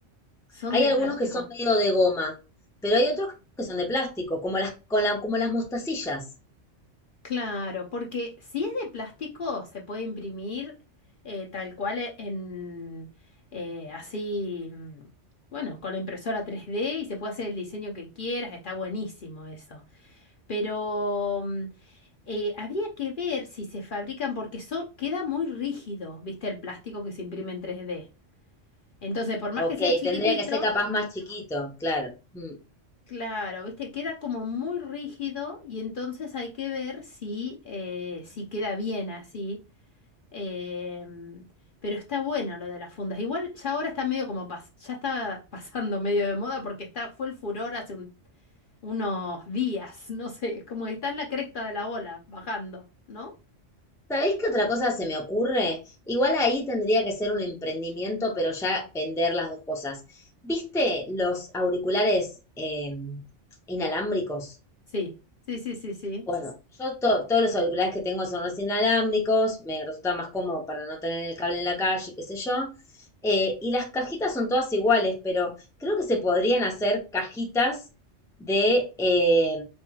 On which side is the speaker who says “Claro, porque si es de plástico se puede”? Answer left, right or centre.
Left